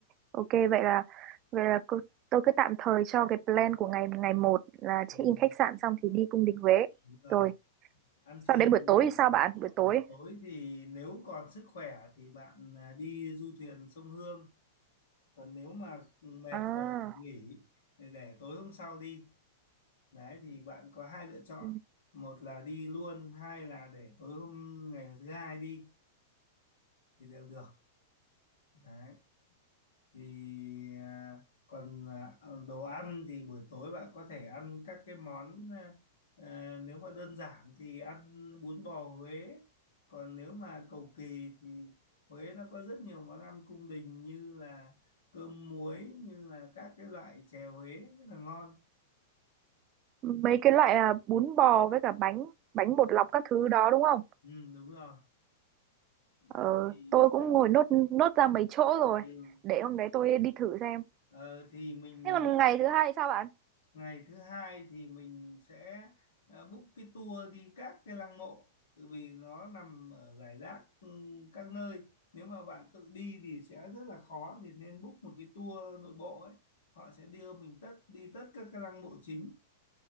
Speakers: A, on the right; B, on the left.
A: ok vậy là vậy là cô- tôi cứ tạm thời cho cái plan của ngày ngày một là
B: Ừm,
A: check in khách sạn xong thì đi cung đình Huế.
B: đúng rồi
A: Rồi,
B: ăn trưa
A: sau đến
B: nhẹ
A: buổi tối
B: nhàng
A: thì sao
B: ờ,
A: bạn? Buổi
B: buổi
A: tối.
B: tối thì nếu còn sức khỏe thì bạn à, đi du thuyền sông Hương còn nếu mà ừ, mệt
A: À,
B: rồi thì nghỉ để tối hôm sau đi đấy thì bạn có hai lựa chọn
A: Ừ.
B: một là đi luôn hai là để tối hôm ngày thứ hai đi thì đều được đấy thì à, còn à, đồ ăn thì buổi tối bạn có thể ăn các cái món à, à, nếu mà đơn giản thì ăn bún bò Huế còn nếu mà cầu kỳ thì Huế nó có rất nhiều món ăn cung đình như là cơm muối như là các cái loại chè Huế rất là ngon
A: mấy cái loại à, bún bò với cả bánh bánh bột lọc các thứ đó đúng không?
B: ừ, đúng rồi đấy
A: Ờ,
B: thì
A: tôi cũng ngồi nốt nốt ra mấy chỗ rồi.
B: ừ.
A: Để hôm đấy tôi đi thử xem.
B: Ờ, thì mình
A: Thế còn ngày thứ hai thì sao bạn?
B: ngày thứ hai thì mình sẽ ờ, book cái tour đi các cái lăng mộ tự vì nó nằm ở rải rác ừ, các nơi nếu mà bạn tự đi thì sẽ rất là khó thì nên book một cái tour nội bộ ấy họ sẽ đưa mình tất đi tất các cái lăng mộ chính